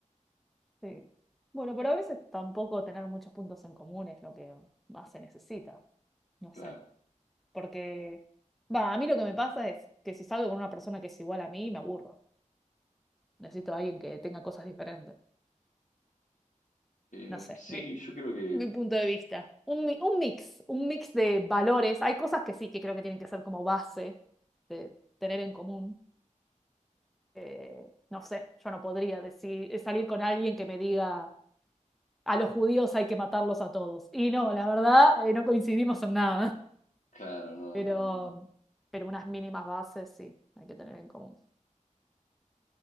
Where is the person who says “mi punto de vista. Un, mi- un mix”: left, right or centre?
Centre